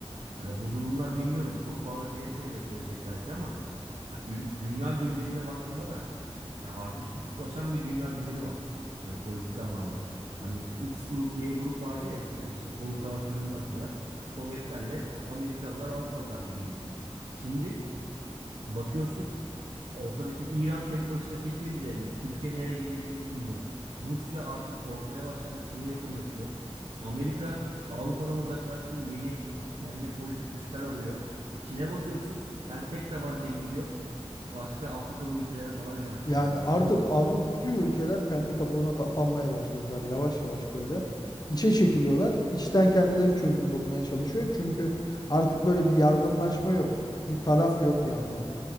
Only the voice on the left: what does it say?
Yani
artık Avrupa bütün ülkeler kendi kabuğuna kapanmaya başladılar yavaş yavaş böyle. İçe çekiliyorlar. İçten kendileri çözüm bulmaya çalışıyor. Çünkü artık böyle bir yardımlaşma yok. Bir taraf yok yani.